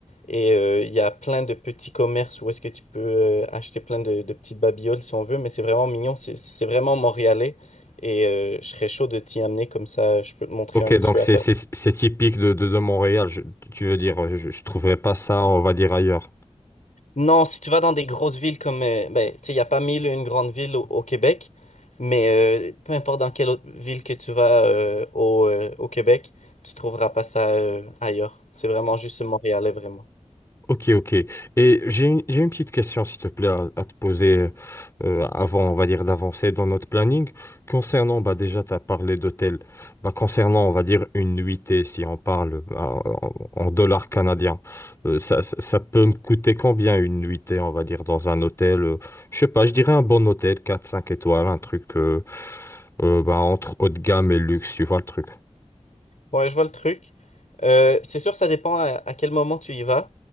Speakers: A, on the left (about 80°); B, on the left (about 20°).
A: Et euh, il y a plein de petits commerces où est-ce que tu peux euh, acheter plein de, de petites babioles si on veut, mais c'est vraiment mignon, c'est c'est vraiment montréalais. Et euh, je serais chaud de t'y amener comme ça, je peux te montrer
B: Ok,
A: un
B: donc
A: petit peu
B: c'est
A: à quoi.
B: c'est- c'est typique de, de, de Montréal. Je- tu veux dire, je, je trouverais pas ça, on va dire ailleurs.
A: Non, si tu vas dans des grosses villes comme, euh, ben, tu sais, il n'y a pas mille et une grande ville au, au Québec, mais euh, peu importe dans quelle autre ville que tu vas euh, au, euh, au Québec, tu trouveras pas ça euh, ailleurs. C'est vraiment juste Montréalais, vraiment.
B: Ok, ok. Et j'ai une, j'ai une petite question, s'il te plaît, à, à te poser euh, avant, on va dire, d'avancer dans notre planning. Concernant, bah, déjà, tu as parlé d'hôtel. Bah, concernant, on va dire, une nuitée, si on parle bah, en, en dollars canadiens, euh, ça, ça, ça peut me coûter combien une nuitée, on va dire, dans un hôtel? euh, je sais pas, je dirais un bon hôtel, quatre cinq étoiles, un truc euh, euh, bah, entre haut de gamme et luxe, tu vois le truc.
A: Ouais, je vois le truc. Euh, c'est sûr, ça dépend à, à quel moment tu y vas,